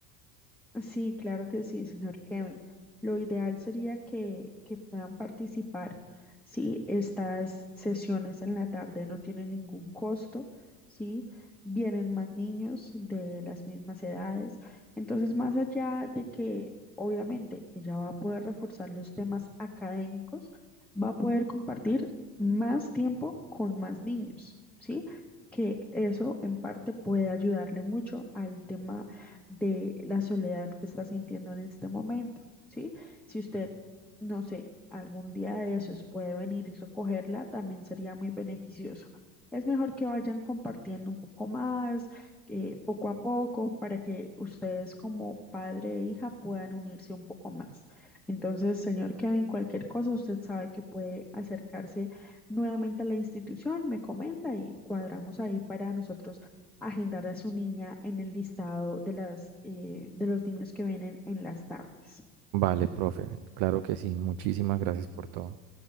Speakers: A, in the centre; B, on the right (about 50°).
A: Sí, claro que sí, señor Kevin. Lo ideal sería que, que puedan participar si estas sesiones en la tarde no tienen ningún costo, ¿sí? Vienen más niños de las mismas edades. Entonces, más allá de que obviamente ella va a poder reforzar los temas académicos, va a poder compartir más tiempo con más niños, ¿sí? Que eso en parte puede ayudarle mucho al tema de la soledad que está sintiendo en este momento, ¿sí? Si usted, no sé, algún día de esos puede venir y recogerla, también sería muy beneficioso. Es mejor que vayan compartiendo un poco más, eh, poco a poco, para que ustedes como padre e hija puedan unirse un poco más. Entonces, señor Kevin, cualquier cosa, usted sabe que puede acercarse nuevamente a la institución, me comenta y cuadramos ahí para nosotros agendar a su niña en el listado de las, eh, de los niños que vienen en las tardes.
B: Vale, profe, claro que sí, muchísimas gracias por todo.